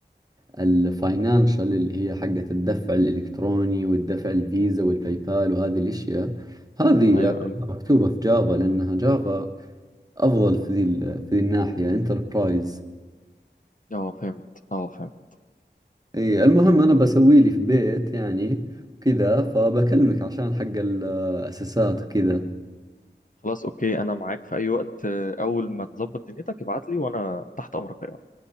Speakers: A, on the right; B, on the left.
A: الفاينانشال اللي هي حقت الدفع الالكتروني والدفع الفيزا والباي بال وهذه الاشياء هذه
B: ايوه
A: أغلبها
B: ايوه
A: مكتوبة في جافا لانها جافا افضل في ذي ال- في ذي الناحية انتربرايز
B: اه فهمت اه فهمت
A: اي المهم انا بسوي لي في بيت يعني كذا فبكلمك عشان حق الاساسات وكذا
B: خلاص اوكي انا معاك في اي وقت آه، اول ما تظبط دنيتك ابعت لي وانا تحت امرك